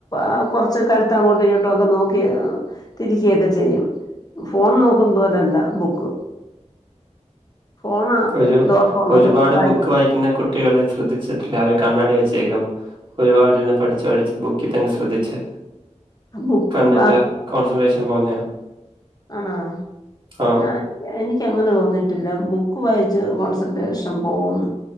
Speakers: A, on the left; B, on the right.
A: ആ കൊറച്ച് കഴുത്ത് അങ്ങോട്ടും ഇങ്ങോട്ടുക്കെ നോക്കി തിരിക്കെ ചെയ്യും. ഫോൺ നോക്കും പോലല്ല ബുക്ക്. ഫോണാ
B: ഒരു
A: ദോഷമുള്ളത്
B: ഒരുപാട്
A: വായിക്കും
B: ബുക്ക് വായിക്കുന്ന കുട് കുട്ടികളെ ശ്രദ്ധിച്ചിട്ടില്ല അവര് കണ്ണാടി വച്ചേക്കും. ഒരുപാടിരുന്ന് പഠിച്ചു പഠിച്ച് ബുക്കി തന്നെ ശ്രദ്ധിച്ച്
A: ബുക്ക്
B: കണ്ണിന്റെ
A: മാത്രം
B: കോൺസെൻട്രേഷൻ പോന്നെയാ
A: ആണോ
B: ആഹ്.
A: ഞാൻ എനിക്കങ്ങനെ തോന്നിട്ടില്ല ബുക്ക് വായിച്ച് കോൺസെൻട്രേഷൻ പോകൂന്ന്.